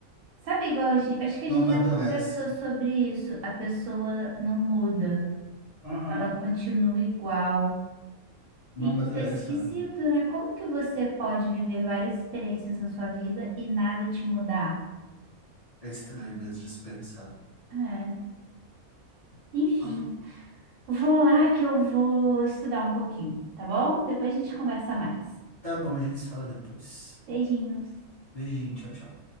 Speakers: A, on the right; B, on the left.
A: Sabe, igual a gente. Acho que a
B: Não
A: gente
B: amadurece.
A: já conversou sobre isso. A pessoa não muda.
B: Aham.
A: ela continua igual. E
B: Não amadurece,
A: isso é esquisito,
B: né?
A: né? Como que você pode viver várias experiências na sua vida e nada te mudar?
B: É estranho mesmo de se pensar.
A: É, enfim,
B: Ah,
A: vou lá que eu vou estudar um pouquinho, tá bom? Depois a gente conversa mais.
B: Tá bom, a gente se fala depois.
A: Beijinhos.
B: Beijinho, tchau, tchau.